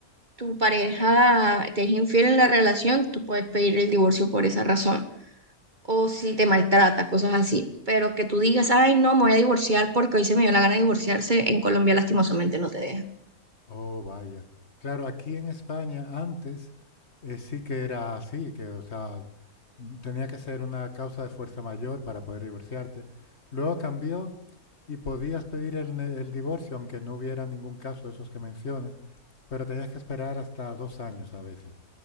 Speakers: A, on the right (about 35°); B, on the left (about 45°).
A: tu pareja te es infiel en la relación, tú puedes pedir el divorcio por esa razón. O si te maltrata, cosas así. Pero que tú digas, ay, no, me voy a divorciar porque hoy se me dio la gana de divorciarse, en Colombia lastimosamente no te deja.
B: Oh, vaya. Claro, aquí en España antes eh, sí que era así, que, o sea, mm, tenía que ser una causa de fuerza mayor para poder divorciarte. Luego cambió y podías pedir el, ne- el divorcio, aunque no hubiera ningún caso de esos que mencionas, pero tenías que esperar hasta dos años a veces.